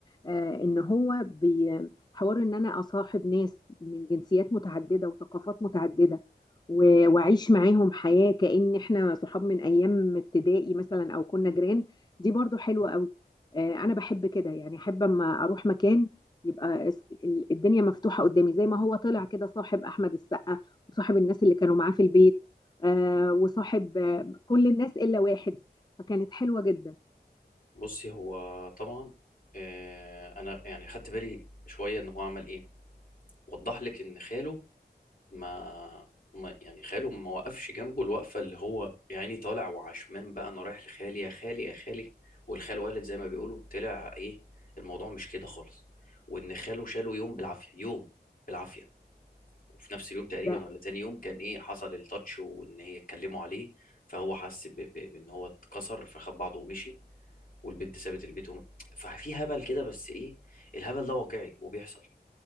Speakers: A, on the left; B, on the left.
A: آه ان هو بي حوار ان انا اصاحب ناس من جنسيات متعددة وثقافات متعددة و- واعيش معاهم حياة كأن احنا صحاب من ايام ابتدائي مثلا او كنا جيران دي برضه حلوة قوي آه انا بحب كده يعني احب اما اروح مكان يبقى اس- ال- الدنيا مفتوحة قدامي زي ما هو طلع كده صاحب احمد السقا وصاحب الناس اللي كانوا معاه في البيت آه، وصاحب كل الناس الا واحد فكانت حلوه جدا
B: بصي هو طبعا آه، انا يعني خدت بالي شويه ان هو عمل ايه وضح لك ان خاله ما, ما يعني خاله ما وقفش جنبه الوقفه اللي هو يعني طالع وعشمان بقى انا رايح لخالي يا خالي يا خالي والخال والد زي ما بيقولوا طلع ايه الموضوع مش كده خالص وان خاله شاله يوم بالعافيه يوم بالعافيه وفي نفس اليوم تقريبا
A: ده
B: ولا تاني يوم كان ايه حصل التاتش وان هي اتكلموا عليه فهو حس ب- ب- بان هو اتكسر فخد بعضه ومشي والبنت سابت البيت وم... ففي هبل كده بس ايه الهبل ده واقعي وبيحصل